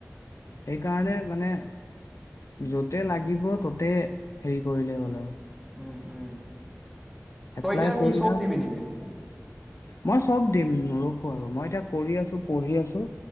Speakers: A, on the left; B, in the centre.
A: সেইকাৰণে মানে যতে লাগিব ততে হেৰি কৰিলে হ'ল আৰু
B: ওম ওম তই
A: এপ্লাই
B: এতিয়া কি
A: কৰি
B: সব
A: থাক
B: দিবি নেকি?
A: মই চব দিম ন ৰখো আৰু মই এতিয়া কৰি আছো পঢ়ি আছো